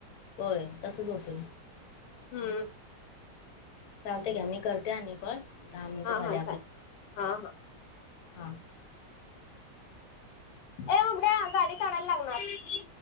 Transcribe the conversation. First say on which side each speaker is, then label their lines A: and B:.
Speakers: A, on the left; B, on the left.
A: होय तसच होतय
B: हम्म
A: चालतय घ्या मी करते आणि कॉल दहा मिनटं
B: हा
A: झाले
B: हा चालेल हा हा
A: हा
B: ए उबड्या गाडी काढायला लागणार